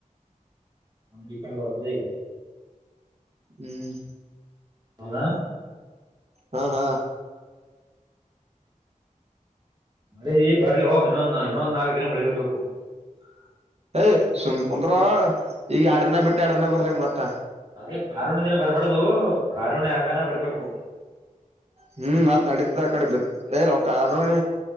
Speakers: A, on the right; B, on the right.
A: ಅಂದ್ರ ಕಾರ್ಡ್ ಬರ್ತದೆ ಈಗ
B: ಹ್ಮ್
A: ಹಲ
B: ಹಾ ಹಾ
A: ಮಳಿ ಬರ್ಲಿ ಹೋ್ ಇನ್ನೊಂದ ಇನ್ನೊಂದ ಆಗಿದ್ರೆ ಮಳಿ ಇರ್ಬೇಕು <unintelligible>
B: ಯ್ ಸುಮ್ಕುಂದ್ರ ಈಗ ಎರ್ಡ್ ದಿನ ಬಿಟ್ಟ ಎರ್ಡ್ ದಿನ ಬರ್ಲಕ್ ಮತ್ತ
A: ಅದೇ ಕಾರುಣ ದಿನ ಬರ್ಬಾರ್ದು ಕಾರುಣಿ ಆಗಾನ ಬರ್ಬೇಕು
B: ಹ್ಮ್ ಮಾತ್ ನಡತ ಆ ಕಡೆ ಬಿತ್ತಲ್ಲ ಅವ ಕಾರಣ